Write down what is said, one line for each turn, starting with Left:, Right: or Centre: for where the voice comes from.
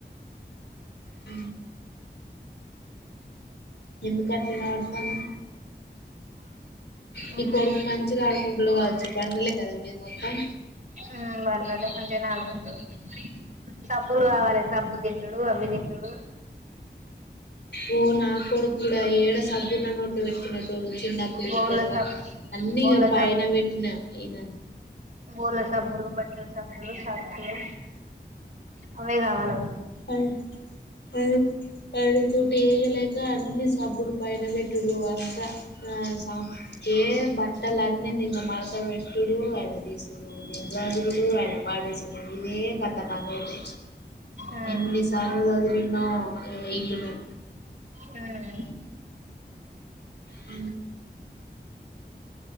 Left: ఉ ఎందుకు అంటునాడు తను నీ
Right: అవునా
Left: కొడుకు మంచిగా ఆడుకుంటాడు కావచ్చు బండలే కదా మీది మొత్తం
Right: ఆ బండలు మచిగానే ఆడుకుంటారు సబ్బులు కావాలి సబ్బులు తింటాడు అవి తింటడు
Left: ఓ నా కొడుకు కూడా ఏడ సబ్బున్న నోట్లో పెట్టుకునేటోడు చిన్నప్పుడు
Right: బోల్ల
Left: బబవా
Right: సబ్బు
Left: అన్ని
Right: బోల్ల
Left: ఇగా పైన పెట్టిన ఈయన
Right: బోల సబ్బులు బట్టల సబ్బులు సర్ఫ్ అవే గవలే వాళ్ళకు
Left: అ పడుతూ లేయలేక అన్ని సబ్బులు పైన పెట్డుడు అంతా ఆ ఏ బట్టలన్నీ నిన్న మడతబటుడు ఆయన దీసుడు నేను సదురుడు ఆయన <unintelligible> ఇదే కథ నాకైతే
Right: ఆ
Left: ఎన్ని సార్లు సదిరిన్నో ఈ ఇల్లుని
Right: ఆ
Left: అ